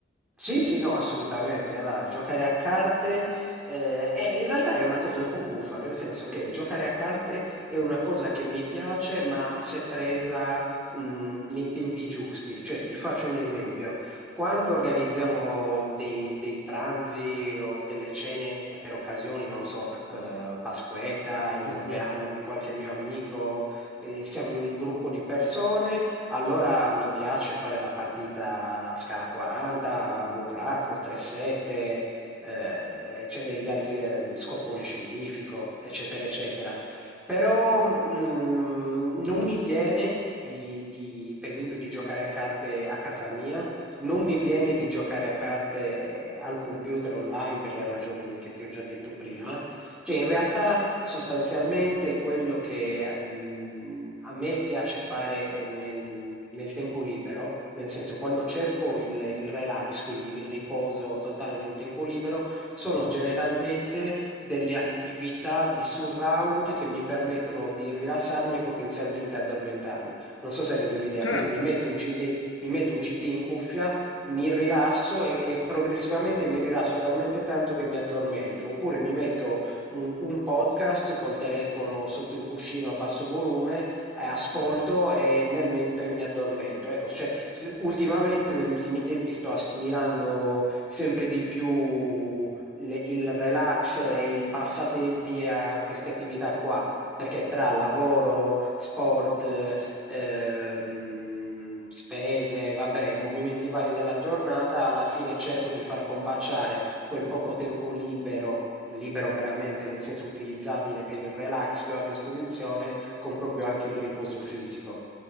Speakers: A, in the centre; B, on the left (about 80°).
A: Sì, sì, no, assolutamente. Allora, giocare a carte eh, è- in realtà è una cosa un po' buffa, nel senso che giocare a carte è una cosa che mi piace, ma se presa mh, nei tempi giusti. Cioè, ti faccio un esempio. Quando organizziamo dei, dei pranzi o delle cene per occasioni, non lo so, eh, Pasquetta, il
B: Sì,
A: compleanno
B: sì.
A: di qualche mio amico, eh, siamo in un gruppo di persone. Allora mi piace fare la partita a scala 40, burraco, 3-7, eh, cioè gli altri eh, scopone scientifico, eccetera, eccetera. Però mm, non mi viene di, di- per esempio, di giocare a carte a casa mia, non mi viene di giocare a carte eh, al computer online per le ragioni che ti ho già detto prima. Cioè, in realtà. Sostanzialmente quello che, ehm, a me piace fare eh, nel, nel tempo libero, nel senso quando cerco il, il relax, quindi il riposo totale nel tempo libero, sono generalmente delle attività di surround che mi permettono di rilassarmi e potenzialmente addormentarmi. Non so se rendo l'idea,
B: Certo.
A: quindi mi metto un CD, mi metto un CD in cuffia, mi rilasso e, e progressivamente mi rilasso talmente tanto che mi addormento, oppure mi metto un, un podcast col telefono sotto il cuscino a basso volume, eh, ascolto e nel mentre mi addormento. Ecco, cioè, s- ultimamente, negli ultimi tempi, sto assimilando sempre di più le- il relax e i passatempi a queste attività qua. Perché tra lavoro, sport, eh, eh, mh, spese, vabbè, movimenti vari della giornata, alla fine cerco di far combaciare quel poco tempo libero, libero veramente nel senso utilizzabile per il relax che ho a disposizione, con proprio anche il riposo fisico.